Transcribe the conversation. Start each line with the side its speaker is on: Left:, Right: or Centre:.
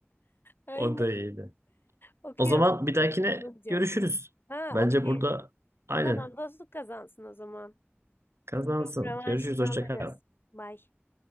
Left: aynen.
Right: O da iyiydi.
Left: Okuyorum
Right: O zaman bir dahakine
Left: bulunca.
Right: görüşürüz.
Left: Ha,
Right: Bence
Left: okey.
Right: burada aynen
Left: Tamam, dostluk kazansın o zaman.
Right: kazansın.
Left: Yok, revanşını
Right: Görüşürüz. Hoşça
Left: alırız.
Right: kal.
Left: Bye.